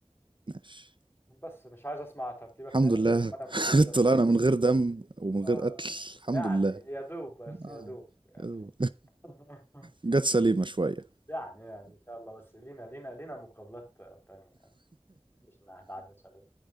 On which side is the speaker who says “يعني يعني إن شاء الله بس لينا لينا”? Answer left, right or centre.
Left